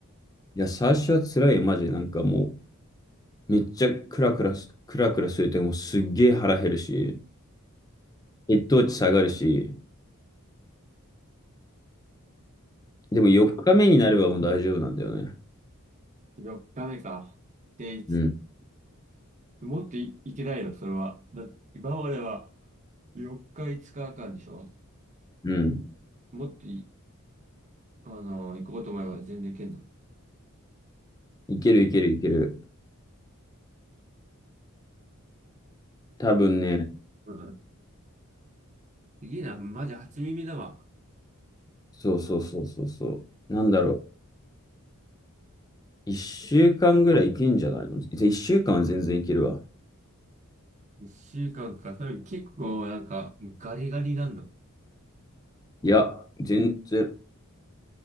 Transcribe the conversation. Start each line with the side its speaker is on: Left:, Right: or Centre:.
Left: いや、最初は辛いよ、マジで。なんかもう、めっちゃクラクラす、クラクラすると、もうすっげえ腹減るし、血糖値下がるし、でも4日目になればもう大丈夫なんだよね。
Right: 4日目か。で、いつ
Left: うん。
Right: もっとい、いけないのそれは。だ、今までは、4日、5日んでしょ
Left: うん。
Right: もっとい、あのー行こうと思えば全然行けんの。
Left: いけるいけるいける。多分ね、
Right: うん。すげえな、マジ初耳だわ。
Left: そうそうそうそうそう。なんだろう。一週間ぐらいいけんじゃないのぜ一週間は全然いけるわ。
Right: 1週間かんか。それ結構なんかガリガリなんの。
Left: いや、全然。